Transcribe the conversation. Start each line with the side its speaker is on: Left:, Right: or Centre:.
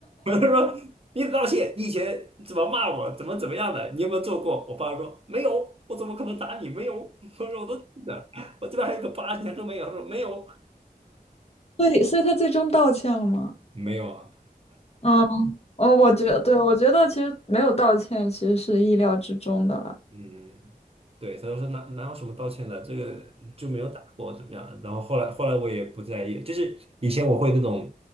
Right: 我就说你得道歉，你以前怎么骂我，怎么怎么样的，你有没有做过？我爸说没有，我怎么可能打你？没有，<laughs> 我说我都记得，我这边还有个疤，你还说没有？他说没有，
Left: 对，所以他最终道歉了吗？
Right: 没有啊。
Left: 嗯，哦，我觉得，对，我觉得其实没有道歉，其实是意料之中的了。
Right: 嗯，对，他就说哪哪有什么道歉的，这个就没有打过怎么样？然后后来后来我也不在意，就是以前我会那种